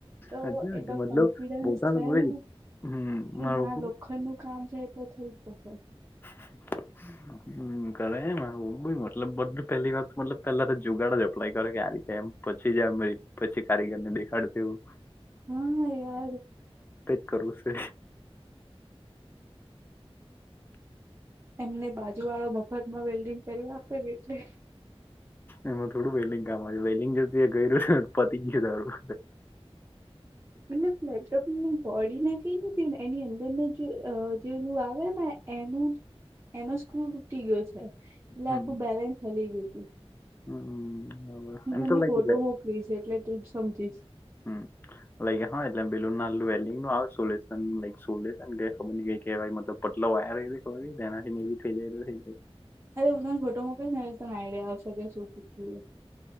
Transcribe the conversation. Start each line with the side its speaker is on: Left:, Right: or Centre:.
Right: તો
Left: હાચી વાત
Right: એલો
Left: મતલબ
Right: કોન્ફિડન્સ
Left: પોતાનું
Right: છેને
Left: મગજ હમ
Right: કે
Left: મારું
Right: ના લોખંડ નું કામ છે એટલે થઈ જશે
Left: <unintelligible> હમ કરે એમ આવું બ મતલબ બધું પહેલી વાર મતલબ પેલા તો જુગાડાો જઝપડા કરે કે આારી એમ પછી પછી જાયરી પછી કારીગર ને દેખાડ તેવું
Right: હા યાર
Left: કરું છે
Right: એમને બાજુ વાળો મફત માં વેલ્ડિંગ કરી આપે ને એટલે
Left: એમાં થોડું વેલ્ડિગ માં વેલિંગ જત ગયું છે પતી ગય તારું
Right: બટલે ફેપટપને બડીને એ નથી એની અંદર ને જે જેલું આવે ને એનું એનો સ્ક્રુ ઢીલો છે એટલે
Left: હમ
Right: આખું બેલેન્સ હલી ગયું તું
Left: હમ બરાબર.
Right: મે
Left: એમ
Right: તમને
Left: તો લાઈક
Right: ફોટો મોકલી છે એટલે તું જ સમજીશ
Left: હમ લાગ્યા હ એટલે બલુન ના લું એ સોલ્યુન અ સોલેસન ખબર નય શું કેવાય મતલબ પટલો વાયર ખબર તેનાથી થઈ જાય તો થઈ જાય
Right: અરે હું તને ફોટો મોકલીશને એ તને આઈડિયા આવશે કે શું કેટું